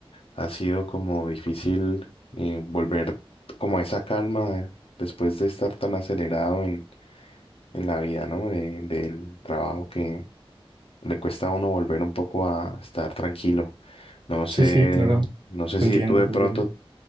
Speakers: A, on the left; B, on the right.
A: ha sido como difícil eh, volver como a esa calma eh, después de estar tan acelerado en, en la vida, ¿no? De- del trabajo que le cuesta a uno volver un poco a estar tranquilo. No sé,
B: Sí, sí, claro,
A: no sé
B: te
A: si
B: entiendo,
A: tú de
B: te
A: pronto
B: entiendo.